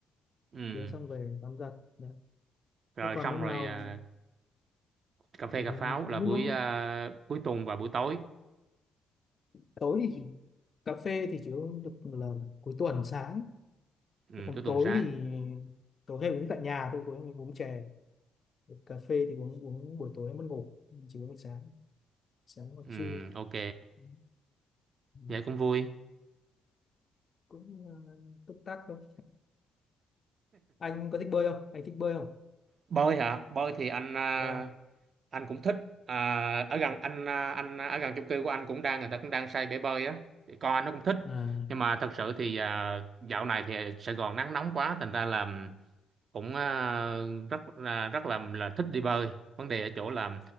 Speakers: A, on the right; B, on the left.
A: ừ
B: tiếng xong về tắm giặt Đấy.
A: rồi
B: thế còn
A: xong
B: hôm
A: rồi
B: nào
A: à, cà phê
B: thì
A: cà pháo
B: những
A: là buổi
B: hôm
A: à, cuối tuần và buổi tối
B: tối thì cà phê thì chỉ uống được là cuối tuần sáng
A: ừ
B: Chứ còn
A: cuối tuần
B: tối
A: sáng
B: thì tối hay uống tại nhà thôi tối hay uống chè cà phê thì uống uống buổi tối mất ngủ chỉ uống buổi sáng sáng hoặc
A: ừ
B: trưa
A: ok
B: Ừ. Ừ.
A: vậy cũng vui
B: cũng uh, túc tắc thôi anh có thích bơi không anh thích bơi không
A: bơi hả bơi thì anh à,
B: vâng
A: anh cũng thích à, ở gần anh à, anh ở gần chung cư của anh cũng đang người ta cũng đang xây bể bơi á Thì con anh nó cũng thích
B: à
A: nhưng mà thật sự thì à, dạo này thì Sài Gòn nắng nóng quá thành ra là cũng à, rất là rất là là thích đi bơi vấn đề ở chỗ là